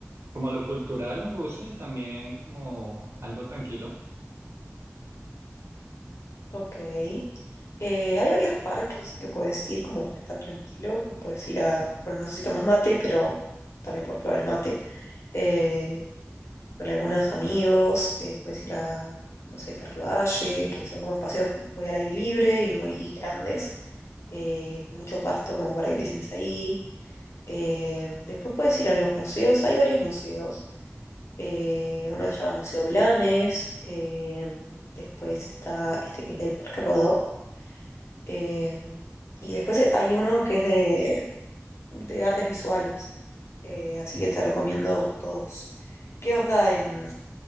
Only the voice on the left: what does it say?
Ok. Eh, hay varios parques que puedes ir, como para estar tranquilo, que puedes ir a, bueno, no sé si tomas mate, pero también puedes probar el mate. Eh, con algunos amigos, eh, puedes ir a, no sé, Parque Valle, que son como espacios muy al aire libre y muy grandes, eh, con mucho pasto como para que te sientes ahí Eh, después puedes ir a los museos, hay varios museos. Eh, uno se llama Museo Blanes, eh, después está este que es del Parque Rodó, eh, y después hay uno que es de, de artes visuales, eh, así que te recomiendo todos. ¿Qué onda en,